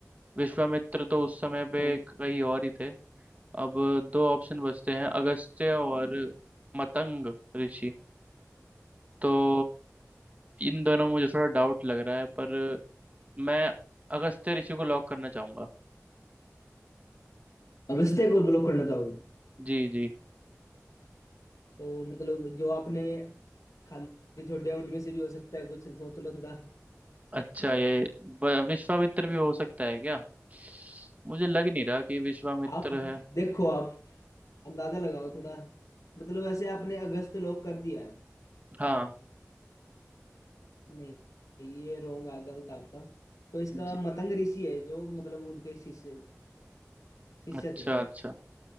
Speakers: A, on the right; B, on the left.
A: विश्वामित्र तो उस समय पे
B: हम्म।
A: कहीं और ही थे अब दो ऑप्शन बचते हैं अगस्त्य और मतंग ऋषि तो इन दोनों में मुझे थोड़ा डाउट लग रहा है पर मैं अगस्त्य ऋषि को लॉक करना चाहूंगा
B: अगस्त्य को ब्लॉक करना चाहोगे
A: जी जी
B: तो मतलब जो आपने खाली छोड़े हैं, उनमें से भी हो सकता है कुछ सोच लो थोड़ा
A: अच्छा ये ब- विश्वामित्र भी हो सकता है क्या मुझे लग नहीं रहा कि विश्वामित्र
B: आप
A: है
B: देखो आप अंदाजा लगाओ थोड़ा मतलब वैसे आपने अगस्त लोक कर दिया है
A: हाँ
B: नहीं ये रॉन्ग है गलत आपका तो इसका
A: जी,
B: मतंग ऋषि है जो मतलब उनके शिष्य शिष्य
A: अच्छा
B: थे
A: अच्छा